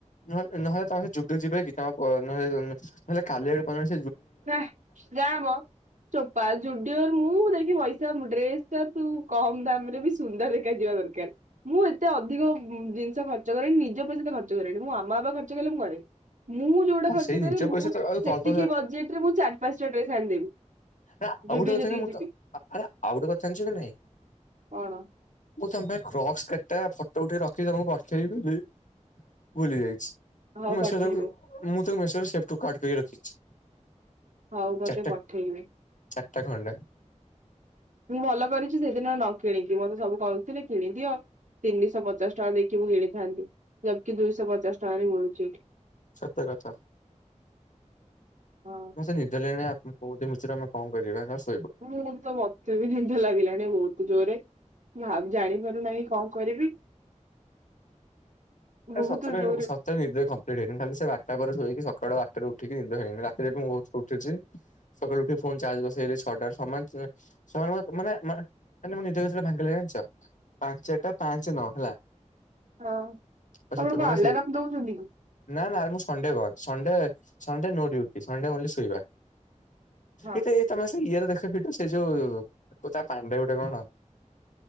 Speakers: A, on the left (about 80°); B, on the right (about 90°).
A: ନହେଲେ ନହେଲେ ତମେ ସେ ଯୁଡ଼ିଓ ଯିବାକି ତମ ପ ନହେଲେ ନହେଲେ କାଲି ଆଡ଼କୁ କୋ
B: ହେଁ ଜାମ ଚୋପା ଯୁଡ଼ିଓରୁ ମୁଁ ଦେଖି ପାଇସ୍ ସା ମୁଁ ଡ୍ରେସ ଟା ତୁ କମ ଦାମରେ ବି ସୁନ୍ଦର ଦେଖା ଯିବା ଦରକାର ମୁଁ ଏତେ ଅଧିକ ଉଁ ଦିନିଷ ଖର୍ଚ୍ଚକରେନି ନିଜ ପଇସା ତ ଖର୍ଚ୍ଚ କରେଣି ମୁଁ ମୋ ମାମା ବାବା ଖର୍ଚ୍ଚ କଲେ ମୁଁ କରେ। ମୁଁ ଯୋଉଡା
A: ହଁ
B: ଖର୍ଚ୍ଚ
A: ସେଇ
B: କରେ
A: ନିଜ
B: ମୁଁ
A: ପଇସା ତ ଆଉ
B: ସେତିକି
A: ଅଳ୍ପ
B: ବଜେଟରେ ମୁଁ ଚାରି ପାଞ୍ଚଟା ଡ୍ରେସ ଆଣିଦେବି।
A: ଆ
B: ଜୁଡିଓ
A: ଆଉ ଗୋଟେ କଥା
B: ଯଦି
A: ଜାଣି ମୁଁ
B: ଯିବି
A: ତ ଆ ଆରେ ଆଉ ଗୋଟେ କଥା ଜାଣିଚୁ ନା ନାହିଁ।
B: କଣ
A: ମୁଁ ତମ ପାଇଁ କ୍ର <unintelligible> ଫଟୋ ଉଠେଇକି ରଖିଚି ତମକୁ ପଠେଇବି ବେଲି ଭୁଲି ଯାଇଛି।
B: ହଉ
A: ମୁଁ ମେସେଜ
B: ପଠେଇବ।
A: ତାକୁ ମୁଁ ତ ମେସରୁ ସେଟୁ କାଟ କରି ରଖିଛି।
B: ହୋଉ ମୋତେ
A: ଚାରିଟା
B: ପଠେଇବେ।
A: <inaudible>
B: ମୁଁ ଭଲ କରିଛି ସେଇଦିନ ନ କିଣିକି ମତେ ସବୁ କହୁଥିଲେ କିଣି ଦିଅ। ତିନିଶହ ପଚାଶ ଟଙ୍କା ଦେଇକି ମୁଁ କିନିଥାନ୍ତି <inaudible> ଦୁଇଶହ ପଚାଶ ଟଙ୍କାରେ ମିଳୁଛି ଏଠି।
A: ସତ କଥା।
B: ହଁ
A: ମସେ ନିଦ ଲାଗିଲାଣି ଆ କମ୍ କଉତି ମିଚରେ ଆମେ କଣ କରିବା ହର୍ଷ
B: ମୁଁ ତ ମତେ ବି ନିଦ ଲାଗିଲାଣି ବହୁତ ଜୋରେ ଭା ଜାଣିପାରୁନାହିଁ କ'ଣ କରିବି।
A: ଆରେ
B: ବହୁତ
A: ସତରେ
B: ଜୋରେ
A: ସତରେ ନିଦ କମ୍ପ୍ ଲିଟ୍ ହେଇନି ଖାଲି ସେ ବାର୍ ଟା ପରେ ଶୋଇକି ସଖାଳ ଆ ତାପେ ଉଠିକି ନି ରାତି ଯାକ ମୁଁ ଉଠିଛି ସକାଳୁ ଉଠି ଫୋନ୍ ଚାର୍ଜ ବସେଇଲି ଛଟା ସମାନ୍ <unintelligible> ଶହେ ୱେକ୍ ମାନେ ମା ମାନେ ମୋ ନିଦ <unintelligible> ଭାଙ୍ଗିଲାଗ ଜାଣିଚ? ପାଞ୍ଚଟା ପାଞ୍ଚ ନଅ ହେଲା।
B: ହଁ
A: ଅସିତ
B: ଆପଣ କଣ
A: ମାନେ
B: ଆଲାରାମ
A: ସେ
B: ଦଉଛନ୍ତି କି?
A: ନା ନା ଆରେ ମୁଁ ସଣ୍ଡେ କର ସଣ୍ଡେ ସଣ୍ଡେ ନୋ ଡିଉଟି। ଏ ସମୟ ଟା ଓନ୍ଲି ଶୋଇବା।
B: ହଁ
A: ଏ ତେ ଏ ତମର ସେ ଇଏର ଦେଖ୍ <unintelligible> ସେ ଯୋଉ ତୋ ତା ପାଣ୍ଡେ ଗୋଟେ କଣ?